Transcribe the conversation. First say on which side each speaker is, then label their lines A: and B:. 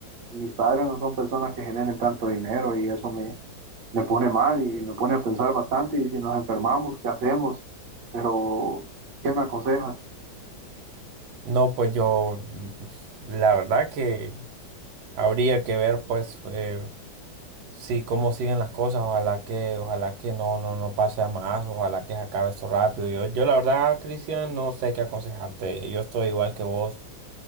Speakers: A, on the right; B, on the right.
A: mis padres no son personas que generen tanto dinero y eso me, me pone mal y me pone a pensar bastante y si nos enfermamos, ¿qué hacemos? Pero, ¿qué me aconsejas?
B: No, pues yo, la verdad que Habría que ver, pues, eh, si cómo siguen las cosas. Ojalá que, ojalá que no, no, no pase a más. Ojalá que se acabe esto rápido. Yo, yo la verdad, Cristian, no sé qué aconsejarte. Yo estoy igual que vos